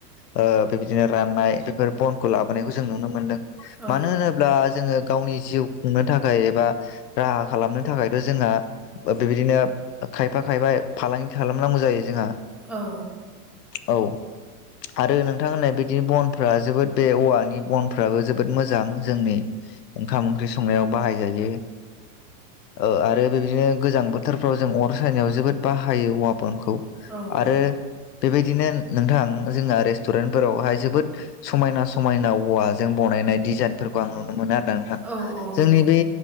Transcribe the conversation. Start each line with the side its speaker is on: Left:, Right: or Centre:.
Left: ओ बेबायदिनो राननाय। बेफोर बनखौ लाबोनायखौ जों नुनो मोनदों
Centre: औ
Left: मानो होनो ब्ला जोङो गावनि जिउ खुंनो थाखाय एबा राहा खालामनो थाखायथ' जोंङो। ओ बेबायदिनो खायफा खायफा फालांगि खालामनांगौ जायो जोंहा।
Centre: औ।
Left: औ आरो नोंथां होननाय बिदिनो बन। फ्रा जोबोद बे औवानि बनफ्राबो जोबोद मोजां जोंनि। ओंखाम ओंख्रि संनायाव बाहायजायो। ओ आरो बेदिनो गोजां बोथोरफ्राव जों अर सायनायाव जोबोद बाहायो औवा बनखौ।
Centre: औ
Left: आरो बेबायदिनो नोंथां जोंहा रेस्टुरेन्टफोरावहाय जोबोद। समायना समायना औवाजों बनायनाय डिजाइनफोरखौ आं नुनो मोनो आरो। नोंथां
Centre: औ औ
Left: जोंनि
Centre: नंगौ
Left: बे